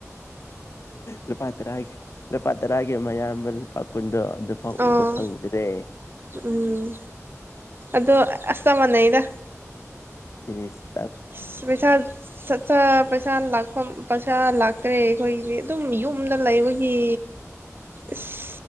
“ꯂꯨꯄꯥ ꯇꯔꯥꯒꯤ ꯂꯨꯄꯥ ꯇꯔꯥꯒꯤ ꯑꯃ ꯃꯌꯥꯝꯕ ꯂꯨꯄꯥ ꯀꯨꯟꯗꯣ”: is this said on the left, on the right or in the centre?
Left